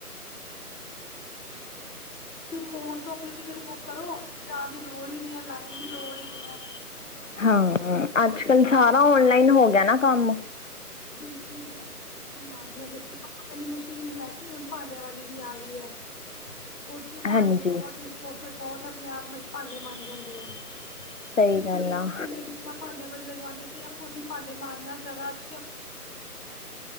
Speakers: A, on the left (about 75°); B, on the left (about 50°).
A: ਫੋਨ ਤੋਂ ਆਪਣੀ ਟਿਕਟ ਬੁੱਕ ਕਰੋ ਜਾਣ ਦੀ ਲੋੜ ਹੀ ਨ ਹੈ ਲਾਈਨ ਦੀ ਲੋੜ ਹੀ ਨੀ ਹੈ
B: ਹਾਂ ਅੱਜ
A: ਤਤਕਾਲ
B: ਕੱਲ ਸਾਰਾ ਔਨਲਾਈਨ ਹੋ ਗਿਆ ਨਾ ਕੰਮ
A: ਬਿਲਕੁਲ ਜੀ ਨਾ ਹੀ ਕੱਪੜਿਆਂੀ ਮਸ਼ੀਨ ਹੈ ਸੀ ਹੁਣ ਭਾਂਡਿਆਂ ਵਾਲੀ ਵੀ ਆ ਗਈ ਹੈ ਉਚੇ ਭਾਂਡੇ
B: ਹਾਂਜੀ
A: ਪਾਓ ਡਿਸ਼ ਵਾਸ਼ਰ ਬਹੁਤ ਆਪਣੇ ਆਪ ਵਿੱਚ ਭਾਂਡੇ ਮਾਂਜੇ ਜਾਂਦੇ ਹੈ
B: ਸਹੀ
A: ਜਿਹ
B: ਗੱਲ
A: ਪੱਲੇ ਲੋਕੀ
B: ਆ
A: ਲੇਡੀਜ਼ਾਂ ਭਾਂਡੇ ਲਗਵਾਉਂਦੇ ਸੀ ਜਾਂ ਖੁਦੀ ਭਾਂਡੇ ਮਾਂਜਣਾ ਜ਼ਿਆਦਾ <unintelligible>